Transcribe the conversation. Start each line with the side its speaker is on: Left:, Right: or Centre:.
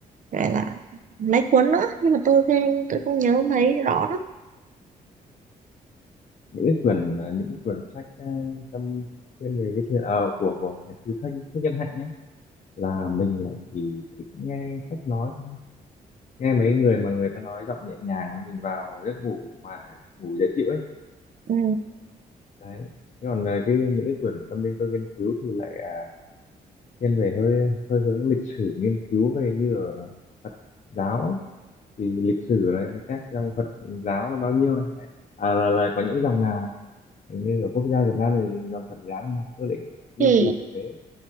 Right: gọi là mấy cuốn nữa nhưng mà tôi tôi không nhớ mấy rõ lắm.
Left: những cái quyển à, những cái quyển sách à, tâm thiên về cái thiền à, của của thiền sư Thích Thích Nhân Hạnh nhé là mình lại chỉ thích nghe sách nói thôi nghe mấy người mà người ta nói giọng nhẹ nhàng là mình vào giấc ngủ mà ngủ dễ chịu ấy
Right: Ừ.
Left: đấy Thế còn là cái những cái quyển mà tâm linh tôi nghiên cứu thì lại à, thiên về hơi hơi hướng lịch sử nghiên cứu về như ở Phật giáo ấy thì lịch sử này với các dòng Phật giáo là bao nhiêu này đấy à, là là có những dòng nào này hình như ở quốc gia Việt Nam thì dòng Phật giáo như nào tôi lại nghiên
Right: Thì
Left: cứu của thế